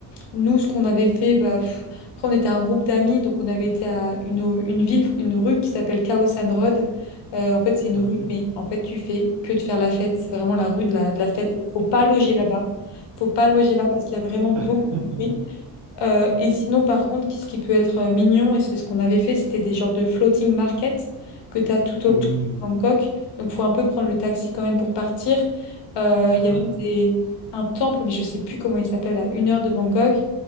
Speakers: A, on the left; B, on the right.
A: nous, ce qu'on avait fait, bah, pff, après, on était un groupe d'amis, donc on avait été à une, une ville, une rue qui s'appelle Khao San Road. Euh, en fait, c'est une
B: Ok.
A: rue, mais en fait, tu fais que de faire la fête. C'est vraiment la rue de la, de la fête. Faut, faut pas loger là-bas. Faut pas loger là parce qu'il y a vraiment beaucoup
B: <laughs>
A: de bruit. Euh, et sinon, par contre, ce qui peut être euh, mignon, et c'est ce qu'on avait fait, c'était des genres de floating market que tu as tout autour
B: Oui.
A: de Bangkok. Donc, faut un peu prendre le taxi quand même pour partir. Euh,
B: Ah.
A: Il y a même des- un temple, mais je sais plus comment il s'appelle, à une heure de Bangkok.